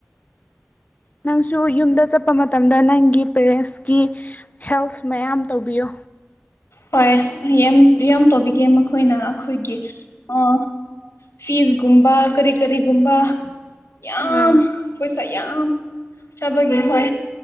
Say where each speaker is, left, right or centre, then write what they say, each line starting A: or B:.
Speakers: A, on the left (about 35°); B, on the left (about 85°).
A: ꯅꯪꯁꯨ ꯌꯨꯝꯗ ꯆꯠꯄ ꯃꯇꯝꯗ ꯅꯪꯒꯤ ꯄꯦꯔꯦꯟꯁꯀꯤ ꯍꯦꯜꯄꯁ ꯃꯌꯥꯝ ꯇꯧꯕꯤꯌꯨ
B: ꯍꯣꯏ ꯌꯥꯝ ꯇꯧꯕꯤꯒꯦ ꯃꯈꯣꯏꯅ ꯑꯩꯈꯣꯏꯒꯤ ꯑ ꯐꯤꯁꯒꯨꯝꯕ ꯀꯔꯤ ꯀꯔꯤꯒꯨꯝꯕ ꯌꯥꯝ
A: ꯑꯥ
B: ꯄꯩꯁꯥ ꯌꯥꯝ ꯆꯥꯕꯒꯤ ꯍꯣꯏ